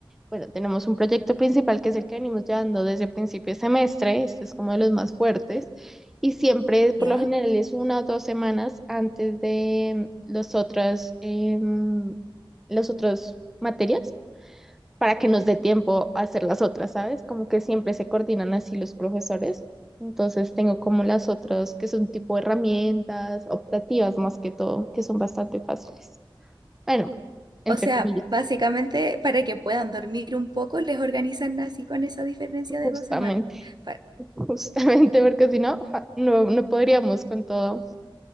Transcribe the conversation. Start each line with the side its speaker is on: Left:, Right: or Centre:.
Centre: Bueno, tenemos un proyecto principal que es el que venimos llevando desde principio de semestre, este es como de los más fuertes, y siempre, por
Right: ¿Ya?
Centre: lo general, es una o dos semanas antes de los otras, em, los otros materias, para que nos dé tiempo a hacer las otras, ¿sabes? Como que siempre se coordinan así los profesores. Entonces tengo como las otras que son tipo herramientas optativas más que todo, que son bastante fáciles. Bueno, entre
Right: O sea,
Centre: comillas,
Right: básicamente para que puedan dormir un poco, les organizan así con esa diferencia de
Centre: justamente
Right: dos semanas. Pa-
Centre: justamente porque si no, ja, no, no podríamos con todo.